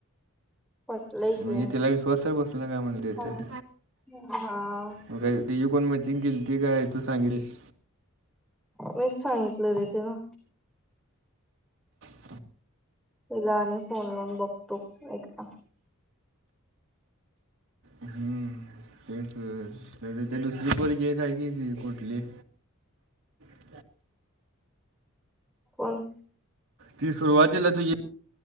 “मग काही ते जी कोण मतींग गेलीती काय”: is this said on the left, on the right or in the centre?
Right